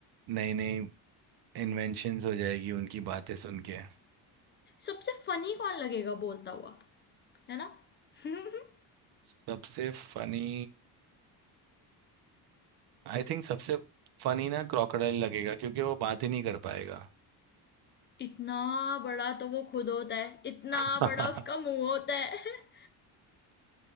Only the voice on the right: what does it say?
नई नई इन्वेंशंस हो जाएगी उनकी बातें सुन के
सबसे फनी आई थिंक सबसे फनी ना क्रोकोडाइल लगेगा क्योंकि वो बात ही नहीं कर पाएगा
<laughs>